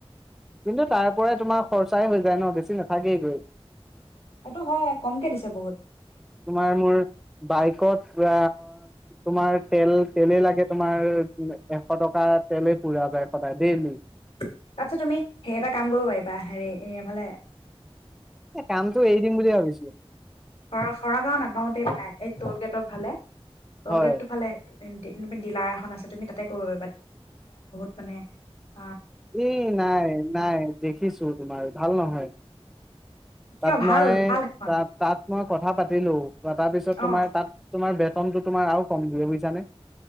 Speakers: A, in the centre; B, on the left.
A: কিন্তু তাৰ পৰাই তোমাৰ খৰচাই হৈ যায় ন', বেছি নাথাকেই গৈ।
B: এইটো হয় কম, এ, 'দিছে বহুত।
A: তোমাৰ মোৰ বাইকত তোমাৰ তেল তেলেই লাগে তোমাৰ এশ টকা তেলেই পুৰা যায় সদায় ডেইলি।
B: তাৰ পিছত তুমি সে এটা কাম কৰিব পাৰিবা হেৰি এফালে
A: এ কামটো এৰি দিম বুলিয়ে ভাবিছিলো।
B: খৰা খৰা গাঁও নাপাওতেই পাই এই টল গেটৰ ফালে টল
A: হয়
B: গেট টো ফালে স ডিলাৰ এখন আছে তুমি তাতেই কৰিব পাৰি <unintelligible>
A: এ নাই নাই দেখিছো তোমাৰ ভাল নহয় তাত
B: কিয় ভাল
A: মই
B: ভাল সেইখন
A: ত তাত মই কথা পাতিলো প তাৰ পিছত
B: অ
A: তোমাৰ তাত তোমাৰ বেতনতো তোমাৰ আৰু কম দিয়ে বুজিছাানে